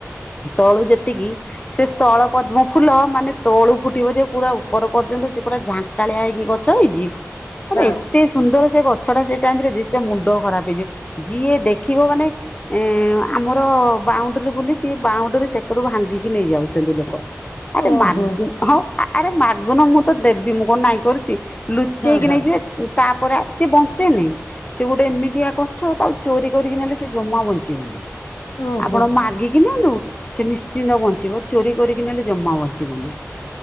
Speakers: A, on the left; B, on the left.
A: ତଳୁ ଯେତିକି ସେ ସ୍ଥଳ ପଦ୍ମ ଫୁଲ ମାନେ ତଳୁ ଫୁଟିବ ଯେ ପୁରା ଉପର ପର୍ଯ୍ୟ ନ୍ତ, ସେ ପରା ଝାଙ୍କାଳିଆ ହେଇକି ଗଛ ହେଇଛି। ମାନେ
B: ହଁ
A: ଏତେ
B: ହଁ
A: ସୁନ୍ଦର ସେ ଗଛ ଟା ସେ ଟାଇମ ରେ ସେ ମୁଣ୍ଡ ଖରାପ ହେଇଯିବ ଯିଏ ଦେଖ ଖିବ ମାନେ ଏଁ ଆମର ବାଉଣ୍ଡ୍ରି ବୁଲି ବାଉଣ୍ଡ୍ରି ରେ ସେକରୁ ଭାଙ୍ଗିକି ନେଇ ଯାଉଛନ୍ତି ଲୋକ ଆରେ
B: ଓହୋ
A: ମାଗି ହଁ ଆରେ ମାଗୁନ ମୁଁ ତ ଦେବି ମୁଁ କଣ ନାଇଁ କରୁଛି ଲୁଚେଇକି
B: ହଁ ହଁ
A: ନେଇଯିବେ
B: ଓହୋ
A: ତା ପରେ ସିଏ ବଞ୍ଚେନି ସେ ଗୋଟେ ଏମିତିଆ ଗଛ ତା ଚୋରି କରିକି ନେଲେ ସେ ଜମା ବଞ୍ଚିବନି।
B: ହଁ
A: ଆପଣ ମାଗିକି ନିଅନ୍ତୁ ସେ ନିଶ୍ଚିନ୍ତ ବଞ୍ଚିବ ଚୋରି କରିକି ନେଲେ ଜମା ବଞ୍ଚିବନି